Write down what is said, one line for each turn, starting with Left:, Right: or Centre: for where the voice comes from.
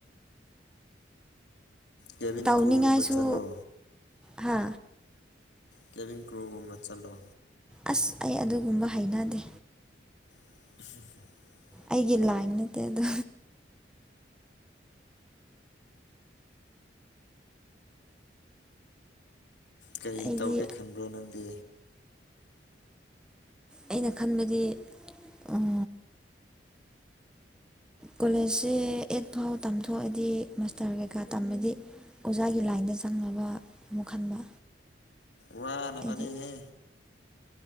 Left: ꯀꯦꯕꯤꯟ
Centre: ꯇꯧꯅꯤꯡꯉꯥꯏꯁꯨ
Left: ꯀ꯭ꯔꯨꯒꯨꯝꯕ ꯆꯠꯂꯣ
Centre: ꯍꯥ
Left: ꯀꯦꯚꯤꯟ ꯀ꯭ꯔꯤꯎꯒꯨꯝꯕ ꯆꯠꯂꯣ
Centre: ꯑꯁ ꯑꯩ ꯑꯗꯨꯒꯨꯝꯕ ꯍꯩꯅꯗꯦ
Left: <inaudible>
Centre: ꯑꯩꯒꯤ ꯂꯥꯏꯟ ꯅꯠꯇꯦ ꯑꯗꯨ
Left: ꯀꯔꯤ
Centre: ꯑꯩꯗꯤ
Left: ꯇꯧꯒꯦ ꯈꯟꯕ꯭ꯔꯣ ꯅꯪꯗꯤ
Centre: ꯑꯩꯅ ꯈꯟꯕꯗꯤ ꯑꯝ ꯀꯣꯂꯦꯖꯁꯦ ꯑꯩꯠ ꯐꯥꯎ ꯇꯝꯊꯣꯛꯑꯗꯤ ꯃꯥꯁꯇꯥꯔ ꯀꯩꯀꯥ ꯇꯝꯃꯗꯤ ꯑꯣꯖꯥꯒꯤ ꯂꯥꯏꯟꯗ ꯆꯪꯅꯕ ꯑꯃꯨꯛ ꯈꯟꯕ
Left: ꯋꯥꯅꯕꯅꯤꯍꯦ
Centre: ꯑꯩꯗꯤ